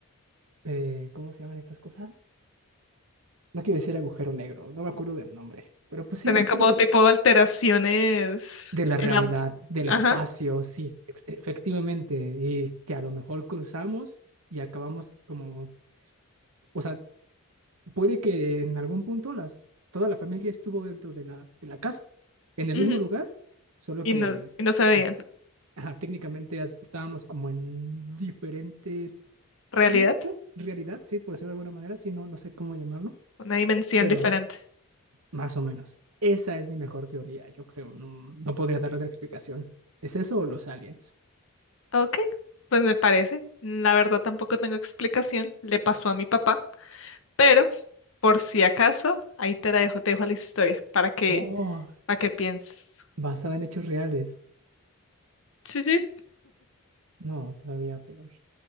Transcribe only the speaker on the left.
Tener
como
tipo alteraciones
en
la...
Ajá.
ujú,
Y
no, y no se veían.
Realidad,
una dimensión
diferente.
Ok, pues me parece. La verdad tampoco tengo explicación. Le pasó a mi papá, pero... Por si acaso, ahí te la dejo, te dejo la historia para que,
para que pienses.
Sí, sí,